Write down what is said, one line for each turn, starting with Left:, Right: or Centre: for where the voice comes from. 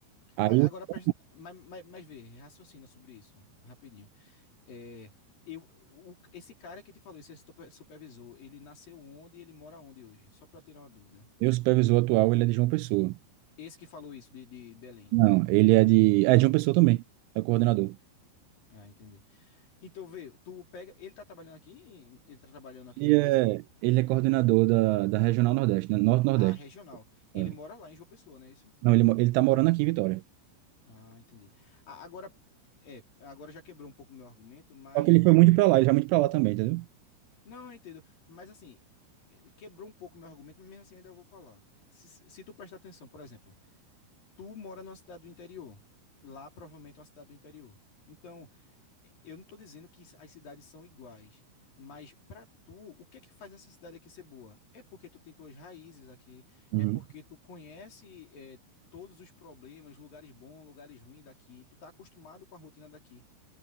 Right: Aí,
Left: A- Agora, presta-
Right: o
Left: mas, mas, mas vê, raciocina sobre isso, rapidinho. É, eu, o- esse cara que te falou, esse super- supervisor, ele nasceu onde e ele mora onde hoje? Só para tirar uma dúvida.
Right: meu supervisor atual, ele é de João Pessoa.
Left: Esse que falou isso de, de Belém.
Right: Não, ele é de... É de João Pessoa também, é coordenador.
Left: Ah, entendi. Então, vê, tu pega. Ele tá trabalhando aqui? Ele tá trabalhando aqui
Right: Ele
Left: na empresa?
Right: é, ele é coordenador da, da Regional Nordeste, né? Norte-Nordeste.
Left: Ah, regional. Ele
Right: É.
Left: mora lá em João Pessoa, não é isso?
Right: Não, ele, mo- ele tá morando aqui em Vitória.
Left: Ah, entendi. A- Agora, é, agora já quebrou um pouco o meu argumento, mas
Right: Só que ele foi muito pra lá, ele vai muito pra lá também, entendeu?
Left: Não, eu entendo. Mas assim, eh, quebrou um pouco meu argumento, mas mesmo assim ainda vou falar. Se, se tu prestar atenção, por exemplo, tu mora numa cidade do interior. Lá provavelmente é uma cidade do interior. Então, eh, eu não estou dizendo que as cidades são iguais, mas para tu, o que é que faz essa cidade aqui ser boa? É porque tu tem tuas raízes aqui,
Right: Uhum.
Left: é porque tu conhece eh, todos os problemas, lugares bons, lugares ruins daqui, tu tá acostumado com a rotina daqui.